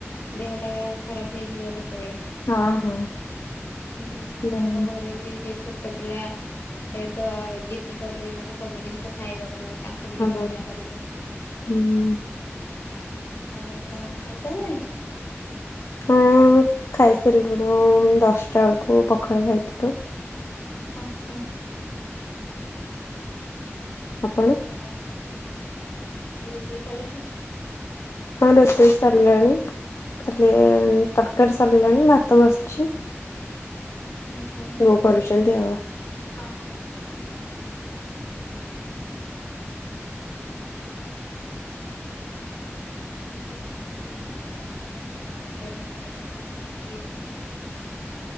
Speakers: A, on the left; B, on the left.
A: ଦେହଟା ଖରାପ ହେଇଯିବ କେତେବେଳେ
B: ହଁ ହଁ
A: ହୁଁ ଆପଣଙ୍କ
B: ନାଇଁ
A: ଘରେ ଘରେ ବି ଛୋଟ ପିଲା ଏତ ଯିଦି କରିବେ ମାନେ ସବୁ ଜିନିଷ ଖାଇବାକୁ ତା ଙ୍କୁ ବି
B: ହଁ
A: ଟିକେ ମନା କରିବେ
B: ହୁଁ
A: ଆଉ ଆପଣ ଖାଇସାରିଲେଣି?
B: ହଁ ଖାଇସରିଲୁଣୁ ଦଶଟା ବେଳକୁ ପଖାଳ ଖାଇଥିଲୁ।
A: ଓହୋ।
B: ଆପଣ?
A: ଓ ରୋଷେଇ ସରିଲାଣି?
B: ହଁ ରୋଷେଇ ସରିଲାଣି ଖାଲି ତର କାରୀ ସରିଲାଣି ଭାତ ବସିଛି।
A: ଉଁ ହୁଁ
B: ବୋଉ କରୁଛନ୍ତି ଆଉ
A: ହଁ। <unintelligible> ଆପଣ କେତେ ଭାଇ ଭଉଣୀ ଆପଣଙ୍କ ଘର ପରିବାର ବିଷୟରେ କଣ କେମିତି ଟିକେ କୁହନ୍ତୁ?